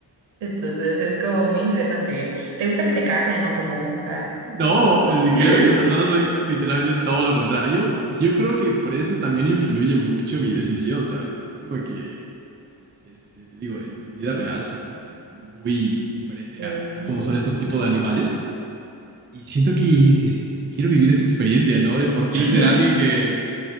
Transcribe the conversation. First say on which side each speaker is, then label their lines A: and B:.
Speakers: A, on the right (about 80°); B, on the right (about 25°).
A: Entonces es como muy interesante. ¿eh? ¿Te gusta que te casen o como, o sea?
B: No, eh,
A: <laughs>
B: créeme que en persona soy literalmente todo lo contrario. Y yo creo que por eso también influye mucho mi decisión, ¿sabes? Es como que, este, te digo, en vida real soy como que muy diferente
A: Ujú.
B: a, a cómo son estos tipos de animales. Y siento que es- que quiero vivir esa experiencia, ¿no? De por fin
A: <laughs>
B: ser alguien que,